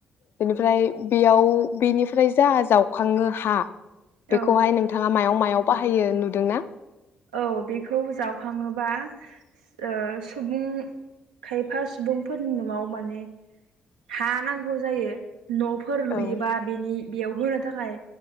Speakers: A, on the left; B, on the right.
A: बेनिफ्राय बेयाव बेनिफ्राय जा जावखाङो हा बेखौहाय
B: औ
A: नोंथाङा मायाव मा याव बाहायो नुदोंना?
B: औ बेखौ जावखाङोबा ओ सुबुं खायफा सुबुंफोरनि नआव माने हा नांगौ जायो न'फोर लुयोबा
A: ओं
B: बेनि बेयाव होनो थाखाय